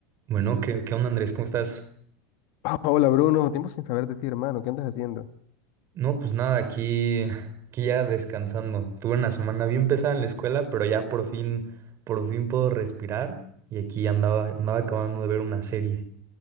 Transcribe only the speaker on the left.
Ah, Hola Bruno, tiempo sin saber de ti, hermano. ¿Qué andas haciendo?